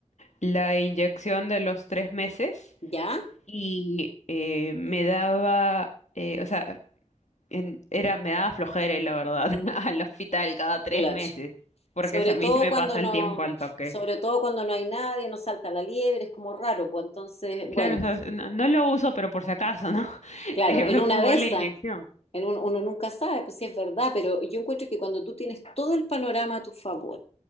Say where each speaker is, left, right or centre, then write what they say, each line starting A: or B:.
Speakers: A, on the left (about 80°); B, on the left (about 60°).
A: la inyección de los tres meses
B: ¿Ya?
A: y eh, me daba, eh, o sea, en- era, me daba flojera, la verdad, <laughs> al hospital cada tres
B: Clutch.
A: meses, porque
B: Sobre
A: se, a
B: todo
A: mí se me
B: cuando
A: pasa
B: no,
A: el tiempo al toque.
B: sobre todo cuando no hay nadie, no salta la liebre, es como raro, pues entonces,
A: Claro,
B: bueno,
A: o sea, no, no lo uso, pero por si acaso, ¿no? <laughs>
B: claro,
A: Eh,
B: en
A: me
B: una
A: pongo
B: de esas,
A: la inyección.
B: en un- uno nunca sabe, pues sí es verdad, pero yo encuentro que cuando tú tienes todo el panorama a tu favor,